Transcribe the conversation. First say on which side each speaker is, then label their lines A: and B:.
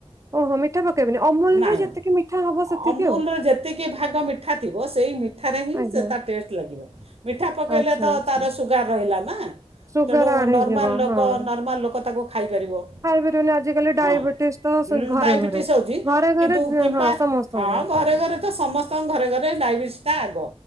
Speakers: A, on the right (about 30°); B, on the right (about 75°).
A: ଓହୋ ମିଠା ପକେଇବନି ଅମୁଲରେ
B: ନାଇଁ ନାଇଁ
A: ଯେତିକି ମିଠା ହବ ସେତିକି
B: ଅମୁଲର
A: ଆଉ।
B: ଯେତିକି ଭାଗ ମିଠା ଥିବ ସେଇ ମିଠାରେ ହିଁ
A: ଆଜ୍ଞା
B: ସେ ତା ଟେଷ୍ଟ ଲାଗିବ। ମିଠା ପକେଇଲେ
A: ଆଚ୍ଛା
B: ତ
A: ଆଚ୍ଛା।
B: ତାର ସୁଗାର ରହିଲା ନା।
A: ସୁଗାର
B: ତେଣୁ-ଉ-ଉ-ଉ
A: ଆଡ୍ ହେଇଯିବ
B: ନର୍ମାଲ ଲୋକ
A: ହଁ
B: ନର୍ମାଲ ଲୋ ତାକୁ ଖାଇପାରିବ
A: ଖାଇପାରିବନି ଆଜି କାଲି ଡାଇବେଟିସ୍
B: ହଁ
A: ତ
B: ହୁଁ,
A: ସ ଘରେ
B: ଡାଇବେଟିସ୍
A: ଘର।
B: ହେଉଛି
A: ଘରେ
B: କିନ୍ତୁ
A: ଘରେ
B: କିମ୍ବା
A: ହଁ ସମସ୍ତଙ୍କୁ।
B: ହଁ ଘରେ ଘରେ ତ ସମସ୍ତଙ୍କ ଘରେ ଘରେ ଡାଇବେଟିସ୍ ଟା ଆଗ।